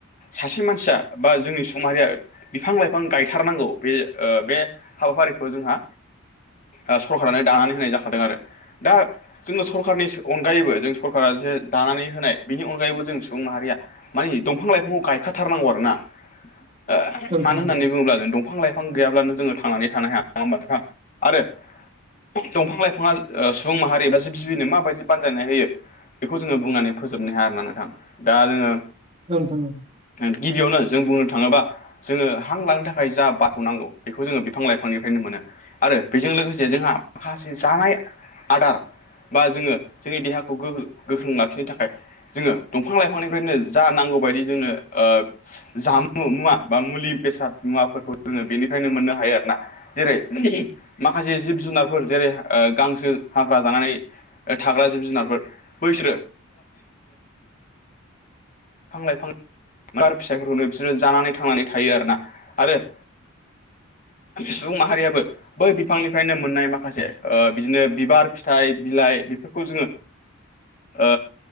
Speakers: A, on the left; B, on the right.
A: सासे मानसिया बा जोंनि सुबुं माहारिया बिफां-लाइफां गायथारनांगौ बे ओ बे हाबाफारिखौ जोंहा ओ सरखारानो दानानै होनाय जाखादों आरो दा जोंनो सरखारनि अनगायैबो जों सरकारा जे दानानै होनाय बेनि अनगायैबो जों सुबुं माहारिया मानिे दंफां लाइफांखौ गायखाथारनांगौ आरो ना ओ
B: औ नोंथां
A: मानो
B: औ
A: होननानै बुङोब्ला जों दंफां लाइफां बिफां गैयाब्लानो जोङो थांनानै थानो हाया नङा होमबा नोंथां आरो दंफां लाइफाङा ओ सुबुं माहारि एबा जिब जिबिनो माबायदि बानजायनाय होयो बेखौ जोङो बुंनानै फोजोबनो हाया आरा नोंथां दा जोङो
B: <unintelligible>
A: गिबियावनो जों बुंनो थाङोबा जोङो हां लानो थाखाय जा बारखौ नांगौ बेखौ जोङो बिफां लाइफांनिफ्रायनो मोनो। आरो बेजों लोगोसे जोंहा माखासे जानाय आदार बा जोङो जोंनि देहाखौ गोगो गोख्रों लाखिनो थाखाय जोङो दंफां लाइफांनिफ्रायनो जा नांगौ बायदि जोंनो ओ जामुं मुवा बा मुलि बेसाद मुवाफोरखौ जोङो बेनिफ्रायनो मोननो हायो आरो ना। जेरै माखासे जिब जुनारफोर जेरै ओ गांसो हाग्रा जानानै थाग्रा जिब जुनारफोर बैसोरो <inaudible> फां लायफां <unintelligible> बिसोरो जानानै थांनानै थायो आरो ना आरो सुबुं माहारियाबो बै बिफांनिफ्रायनो मोननाय माखासे ओ बिदिनो बिबार, फिथाइ, बिलाइ बेफोर खौ जोङो ओ